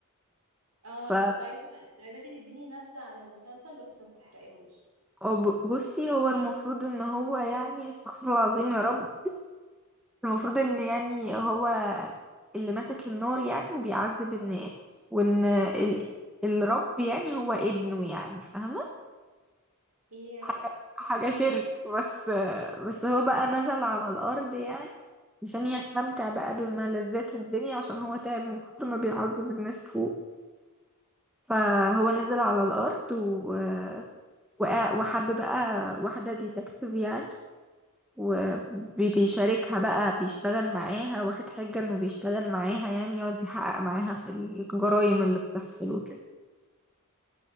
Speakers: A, on the right (about 80°); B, in the centre.
A: اه
B: ف
A: ما انا كنت عايزة عايزاكي تديني نبذة عن المسلسل بس ما تحرقيهوش
B: وب- بصي هو المفروض ان هو يعني استغفر الله العظيم يا رب المفروض ان يعني هو اللي ماسك النار يعني وبيعذب الناس وان ال... الرب يعني هو ابنه يعني فاهمة
A: ايه
B: حاجة حاجة
A: ماشي
B: شرك بس بس هو بقى نزل على الأرض يعني عشان يستمتع بقى بملذات الدنيا عشان هو تعب من كتر ما بيعذب الناس فوق فهو نزل على الأرض و... وقا- وحب بقى واحدة ديتكتيف يعني وبيشاركها بقى بيشتغل معاها واخد حجة انه بيشتغل معاها يعني يقعد يحقق معاها في الجرائم اللي بتحصل وكده